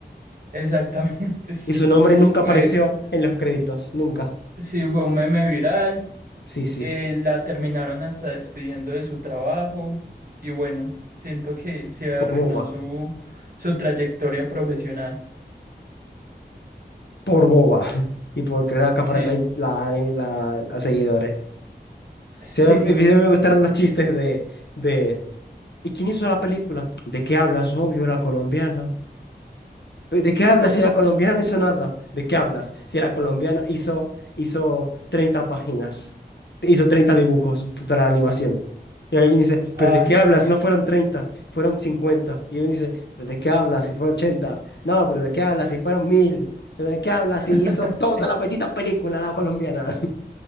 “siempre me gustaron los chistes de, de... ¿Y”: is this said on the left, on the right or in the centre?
Left